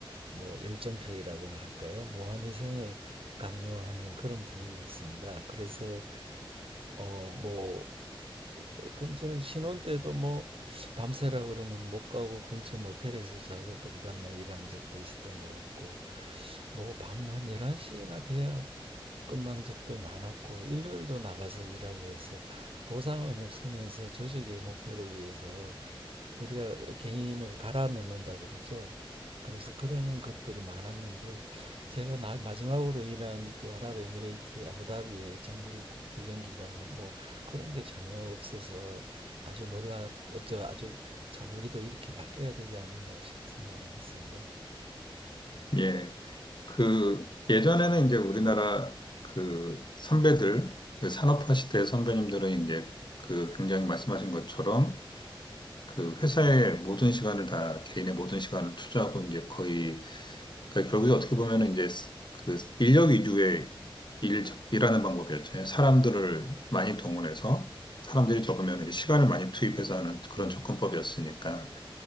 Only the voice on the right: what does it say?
뭐 열정페이라고나 할까요? 무한희생을 강요하는 그런 분위기였습니다. 그래서 어뭐 하여튼 저는 신혼 때도 뭐 밤새라 그러면 못 가고 근처 모텔에서 자고 또 그 다음날 일한 적도 있었던 것 같고 뭐 밤 한 11시나 돼야 끝난 적도 많았고 일요일도 나가서 일하고 해서 보상은 없으면서 조직의 목표를 위해서 우리가 개인을 갈아 넣는다 그러죠. 그래서 그런 것들이 많았는데 제가 나- 마지막으로 일한 그 아랍에미레이트 아부다비의 정부 구경 기간은 뭐 그런 게 전혀 없어서 아주 놀라 저 아주 참 우리도 이렇게 바뀌어야 되지 않은가 싶은 생각을 했습니다.
네.